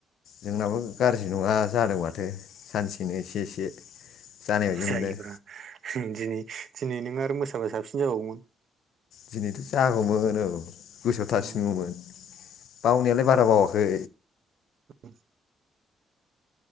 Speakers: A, on the left; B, on the right.
A: जोंनाबो गाज्रि नङा जादों माथो सानसेनो एसे एसे। जानाय बायदि
B: जायोब्रा
A: मोनदों
B: दिनै दिनै नों आरो मोसाबा साबसिन जाबावगौमोन।
A: दिनैथ' जागौमोन औ गोसोआव थासिनगौमोन
B: उम
A: बावनायालाय बारा बावाख खै।
B: उम।